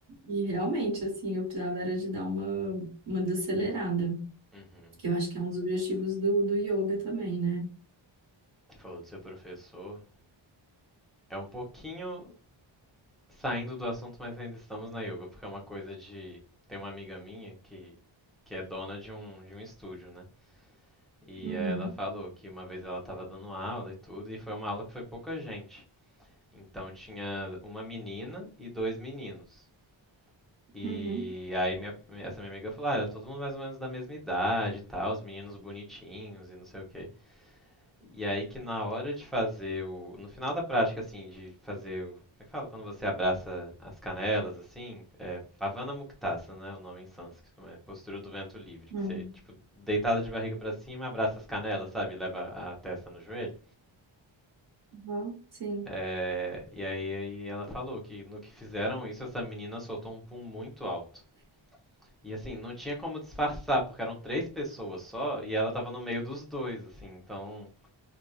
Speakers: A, on the right (about 45°); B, in the centre.
A: E realmente, assim, eu precisava era de dar uma, uma desacelerada,
B: Uhum.
A: que eu acho que é um dos objetivos do, do yoga também, né?
B: Você falou do seu professor. É um pouquinho saindo do assunto, mas ainda estamos na yoga, porque é uma coisa de. Tem uma amiga minha que, que é dona de um, de um estúdio, né? E
A: Uhum,
B: aí ela falou que uma vez ela estava dando aula e tudo, e foi uma aula que foi pouca gente. Então tinha uma menina e dois meninos. E
A: uhum,
B: aí minha- essa minha amiga falou, ah, era todo mundo mais ou menos da mesma idade e tal, os meninos bonitinhos e não sei o quê. E aí que na hora de fazer o. No final da prática, assim, de fazer o. Como é que fala? Quando você abraça as canelas, assim, é Pavana Muktasana, né? O nome em sânscrito, é postura do vento livre,
A: uhum,
B: que você, tipo, deitada de barriga pra cima, abraça as canelas, sabe? Leva a testa no joelho.
A: uhum, sim.
B: É, e aí, aí ela falou que no que fizeram isso, essa menina soltou um pum muito alto. E assim, não tinha como disfarçar, porque eram três pessoas só e ela tava no meio dos dois, assim. Então,